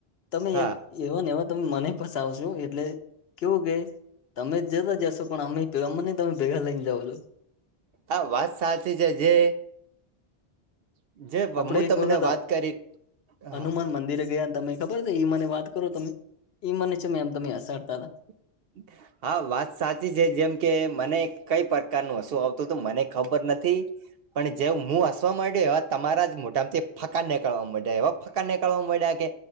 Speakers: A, on the left; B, on the right.
A: તમે
B: હા
A: એમ. એવ ને એવ તમે મને પસાવશો એટલે કેવું કે તમે જતા જશો પણ અમેેમાં નહી તમે ભેગા લઈઇને જાવ છો.
B: આ વાત સાચી છે જે જે હું
A: આપડે એક
B: તમને
A: વખત
B: વાત કરી હા
A: હનુમાન
B: હા
A: મંદિરે ગયા તમે ખબર છે ઈ મને વાત કરો તમે ઈ મને છે મે એમ તમે અસડતા હતા.
B: <inaudible> હા વાત સાચી છે જેમ કે મને કઈ પ્રકાર ન હશું આવતું હત મને ખબર નથી. પણ જે હું હસવા માંડ્યો એ તમારા જ મોટામાંથી ફકા નીકળવા માંડ્યા એવા ફકા નીકળવા માંડયા કે